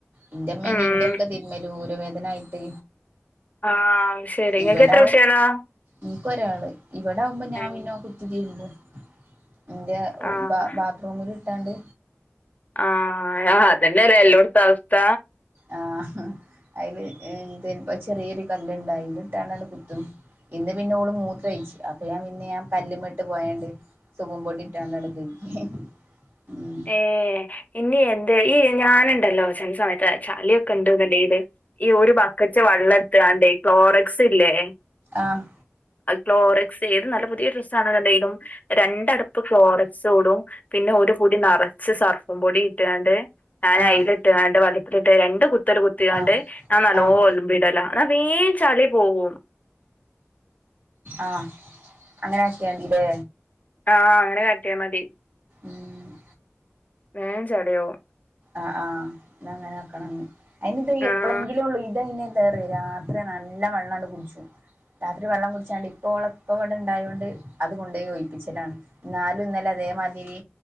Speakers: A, on the right (about 55°); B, on the left (about 35°).
A: എന്റെ ഇമ്മേന്നെ
B: ഉം
A: ഇന്റെയൊക്കെ തിരുമലും ഊര വേദനായിട്ട്
B: ആഹ് ശരി ഇങ്ങക്ക്
A: ഇവിട
B: എത്ര കുട്ടികളാ
A: ഇൻക്ക് ഒരാള് ഇവടെ ആകുമ്പോ ഞാൻ
B: ഏഹ്
A: പിന്നെ കുത്തി തിരുമ്പും ഇൻ്റെ ഓ
B: ആഹ്
A: ബാ ബാത്ത്റൂമിൽ ഇട്ടാണ്ട്
B: ആഹ ആ അതന്നെല്ലേ എല്ലോടത്ത അവസ്ഥ
A: ആ അയില് ഏ ന്തെനിപ്പ ചെറിയ ഒരു കല്ലണ്ട് അയിലിട്ടാണ്ട് കുത്തും ഇന്ന് പിന്നെ ഓള് മൂത്രയിച്ചു അപ്പൊ ഞാൻ പിന്നെ ഞാൻ കല്ലുമിട്ട് പോയാണ്ട് സോപ്പും പൊടി ഇട്ടാണ്ടണ് <unintelligible>
B: ഏ ഇനി എന്ത് ഈ ഞാൻണ്ടല്ലോ ചെല സമയത്ത് ചളിയൊക്കെ ഇണ്ട്ന്ന്ണ്ടെങ്കില് ഈ ഒരു ബക്കറ്റ് വള്ളം എട്ത്താണ്ടേ ക്ലോറക്സ് ഇല്ലേ
A: ആഹ്
B: ക്ലോറക്സ് ഏത് നല്ല പുതിയ ഡ്രസ്സ് ആണെന്നങ്കിലും രണ്ട് അടപ്പ് ക്ലോറക്സ് ഇടും പിന്നെ ഒരു പൊടി നറച്ച് സർഫു പൊടി ഇട്ടുകാണ്ട് ഞൻ
A: ആഹ്
B: അയിലിട്ടുകാണ്ട് വലുപ്പിട്ട രണ്ട് കു <unintelligible> കുത്തലു കുത്തികാണ്ട്
A: ആഹ്
B: അത് നല്ലോം
A: ആഹ്
B: ഒല്മ്പിടലാ ഇന്നാ വേം ചളി പോവും
A: ആഹ് അങ്ങനെ കാട്ടിയതില്ലേ
B: ആ അങ്ങനെ കാട്ടിയ മതി
A: ഉം
B: വേം ചളിയോവും
A: ആഹ് ആഹ് അങ്ങനെ ആക്കണം അയ്ന് ഇത്
B: ആഹ്
A: എപ്പഴെങ്കിലും ഒള്ളൂ ഇതെന്നെ <unintelligible> രാത്രി നല്ല വെള്ളണ്ട് കുട്ച്ചും രാത്രി വെള്ളം കുടിച്ചാല് ഇപ്പ ഓളെപ്പ ഇവിടെ ഉണ്ടായൊണ്ട് അത് കൊണ്ട് പോയി ഒഴിയിപ്പിച്ചിലാണ്. എന്നാലും ഇന്നലെ അതേമാതിരി